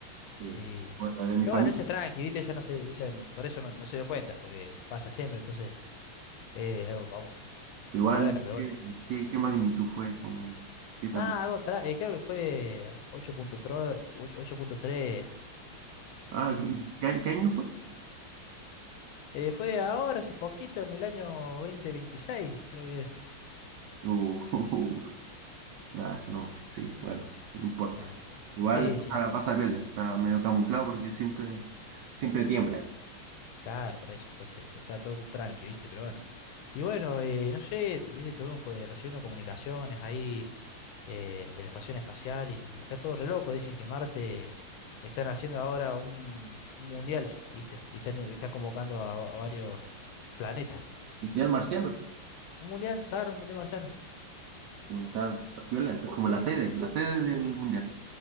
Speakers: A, on the right; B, on the left.
A: sí.
B: Sí.
A: Bueno, la de mi
B: Pero
A: familia.
B: bueno, esa es tranqui, ¿viste? Esa no se dicen, por eso no, no se dio cuenta, porque pasa siempre, entonces, eh, algo común.
A: Igual,
B: Pero bueno, pero
A: ¿qué,
B: bueno.
A: qué, qué magnitud fue? Como, ¿qué tan?
B: Nada, algo tra- eh, creo que fue ocho ocho punto tres ocho punto tres
A: Ah,
B: mm,
A: ¿qué, qué año fue?
B: Eh, fue ahora, hace poquito, en el año 2026, creo que era.
A: Uh, <laughs> nada, no, sí, bueno, no importa.
B: Claro, pero
A: Igual
B: Sí, sí,
A: pasa,
B: no importa.
A: pasa piola, está medio camuflado porque siempre, siempre tiembla ahí.
B: Claro, por eso entonces está todo tranqui, ¿viste? Pero bueno. Y bueno, eh, no sé, t- ¿viste? Estuvimos co- eh, recibiendo comunicaciones ahí eh, de la estación espacial y está todo re loco. Dicen que Marte están haciendo ahora un, un mundial, ¿viste? Y están, y están convocando a, a varios planetas.
A: Mundial marciano,
B: Un mundial, Sara, un mundial marciano.
A: no, está, está piola, eso es como la sede, la sede del mundial.